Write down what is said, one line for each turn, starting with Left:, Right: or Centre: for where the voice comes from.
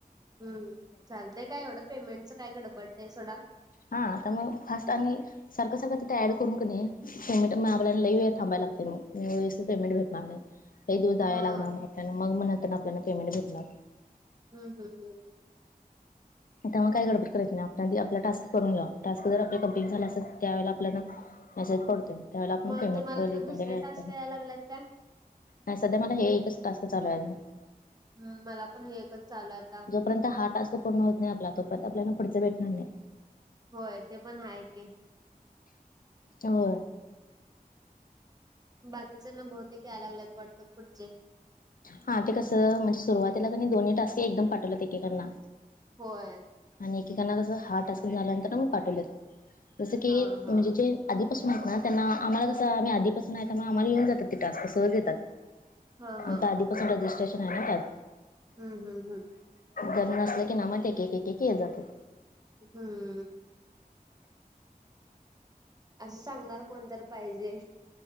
Right: हम् चालतय काय एवढं पेमेंटचं काय गडबड नाही सोडा.
Left: हा तर मग फास्ट आणि सारखं सारखं तिथे ऍड करून करणे पेमेंट मग आपल्याला लई वेळ थांबाय लागते मी व पेमेंट भेणार नाही. काही दिवस जाय
Right: हा
Left: लाग म आपल्याला मग मग नंतर आपल्याला पेमेंट भेणार.
Right: हम् हम् हम्.
Left: आता मग काय गडबड करायच नाही आपल्या आपला टास्क करून घ्या टास्क जर आपल्या कंप्लीट झाला असेल त्यावेळेला आपल्याला मेसेज पडतोय त्यावेळेला आपण
Right: मग
Left: पेमेंट
Right: तुम्हाला
Left: व रिपे
Right: तर दुसरे टास्क
Left: के‌
Right: याय लागल्यात काय
Left: नाही सध्या मला हे एकच टास्क चालू आहे.
Right: हम्म मला पण हे एकच चालू आहे आता.
Left: पर्यंत हा टास्क पूर्ण होत नाही आपला तोपर्यत आपलाना पुडच भेटणार नाही.
Right: होय ते पण आहे की.
Left: होय.
Right: बाकीच्यांना बहुतेक यायला लागलेत वाटत पुढचे.
Left: हा ते कसं म्हणजे सुरुवातीला क दोन्ही टास्क एकदम पाठवल्यात एकेकांना.
Right: होय.
Left: आणि एकेकांना कसं हा टास्क झाल्यानंतर मग पाठवलेत जसं की
Right: हा हा
Left: म्हणजे जे आधीपासून आहेत ना त्यां आम्हा कसं आम्ही आधी पासून आहे त्यामुळे आम्हाला येऊन जात ते टास्क सहज येतात.
Right: हा हा
Left: त्या आधीपासून
Right: हा
Left: रजिस्ट्रेशन आहे ना त्यात.
Right: हम्म हम् हम्म.
Left: जन्म असलं की ना मग एक एक एक के येत जातात.
Right: हम्म. असं सांगणार कोणतरी पाहिजे.